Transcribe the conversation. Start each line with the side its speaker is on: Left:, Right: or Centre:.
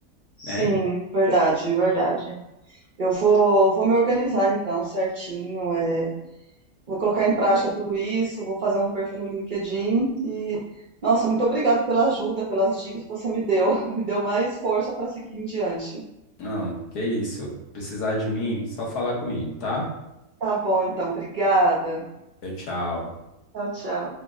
Right: Sim,
Left: né?
Right: verdade, verdade. Eu vou, vou me organizar então certinho. é, vou colocar em prática tudo isso, vou fazer um perfil no LinkedIn e, nossa, muito obrigada pela ajuda, pelas dicas que você me deu. <laughs> Me deu mais força para seguir em diante.
Left: Não, que isso. Precisar de mim, só falar comigo, tá?
Right: Tá bom, então. Obrigada.
Left: Tchau, tchau.
Right: Tchau, tchau.